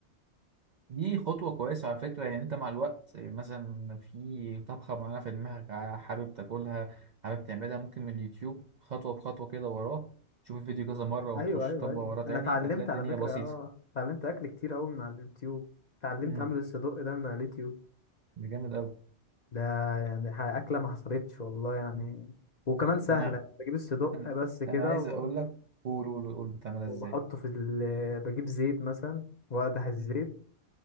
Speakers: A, on the right (about 55°); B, on the left (about 45°).
A: دي خطوة كويسة على فكرة يعني انت مع الوقت مثلا في طبخة معينة في دماغك ع- حابب تاكلها حابب تعملها ممكن من اليوتيوب خطوة بخطوة كده وراه تشوف الفيديو كذا مرة وتخش
B: ايوه ايوه
A: تطبق
B: ايوه
A: وراه تاني
B: انا اتعلمت
A: هتلاقي الدنيا
B: على فكرة
A: بسيطة
B: اه اتعلمت اكل كتير قوي من على اليوتيوب اتعلمت
A: امم
B: اعمل الصدق ده من على اليوتيوب
A: ده جامد أوي
B: ده يعني ح- اكلة ما حصلتش والله يعني
A: مم.
B: وكمان سهلة
A: انا
B: بجيب الصدق
A: انا
B: بس كده
A: أنا عايز
B: و-
A: اقول لك قول قول قول بتعملها
B: وبحطه
A: ازاي
B: في ال... بجيب زيت مثلا واقدح الزيت
A: مم.